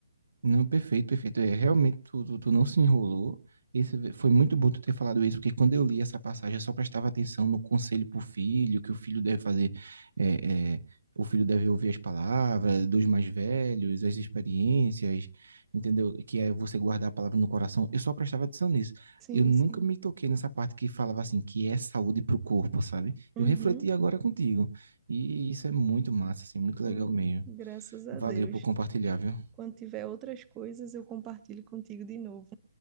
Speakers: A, on the right; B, on the right.
A: Não, perfeito, perfeito. É, realmente, tu, tu, tu não se enrolou. Esse, foi muito bom tu ter falado isso, porque quando eu li essa passagem, eu só prestava atenção no conselho para o filho, que o filho deve fazer, é, é, o filho deve ouvir as palavras dos mais velhos, as experiências, entendeu? Que é você guardar a palavra no coração. Eu só prestava atenção nisso.
B: Sim,
A: Eu nunca
B: sim.
A: me toquei nessa parte que falava assim, que é saúde para o corpo, sabe?
B: Uhum.
A: Eu refleti agora contigo. E isso é muito massa, assim, muito legal
B: Hum,
A: mesmo.
B: Graças a
A: Valeu
B: Deus.
A: por compartilhar, viu?
B: Quando tiver outras coisas, eu compartilho contigo de novo.